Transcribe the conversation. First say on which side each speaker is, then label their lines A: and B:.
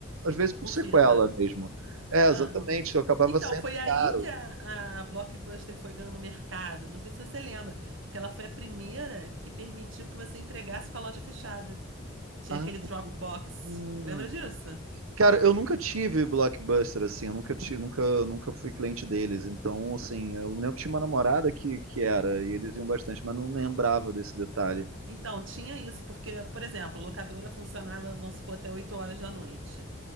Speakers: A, on the right; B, on the right.
A: às vezes por
B: por
A: sequela
B: fita.
A: mesmo. É, exatamente,
B: Ah.
A: eu acabava
B: Então,
A: sendo
B: foi aí
A: caro.
B: que a, a Blockbuster foi ganhando mercado. Não sei se você lembra, porque ela foi a primeira que permitiu que você entregasse com a loja fechada. Tinha
A: Ah,
B: aquele Dropbox.
A: hum.
B: Lembra disso?
A: cara, eu nunca tive Blockbuster, assim, eu nunca tive, nunca, nunca fui cliente deles. Então, assim, eu lembro que tinha uma namorada que, que era, e eles iam bastante, mas não lembrava desse detalhe.
B: Então, tinha isso, porque, por exemplo, a locadora funcionava, vamos supor, até 8 horas da noite.